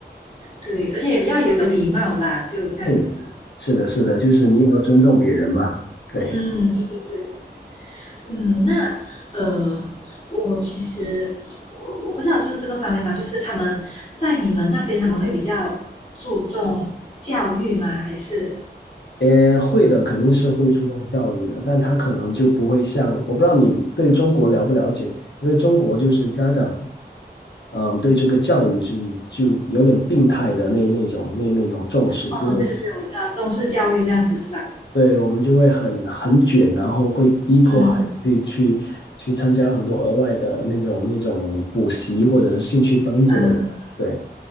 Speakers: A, on the left; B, on the left.
A: 对，而且也比较有礼貌吧，就这样子。
B: 对，是的，是的，就是你也要尊重别人嘛。对。
A: 嗯，对对对，嗯，那呃，我其实嗯我我不知道，就是这个方面嘛，就是他们在你们那边他们会比较注重教育吗？还是
B: 呃，会的，肯定是会注重教育的，但他可能就不会像，我不知道你对中国了不了解，因为中国就是家长，嗯，对这个教育是就有点病态的那那种那那种重视，
A: 哦，
B: 就为
A: 对对对，我知道中式教育这样子是吧？
B: 对我们就会很很卷，然后会逼迫孩子去去去参加很多额外的那种那种补习或者是兴趣班之类的，
A: 嗯，嗯，
B: 对。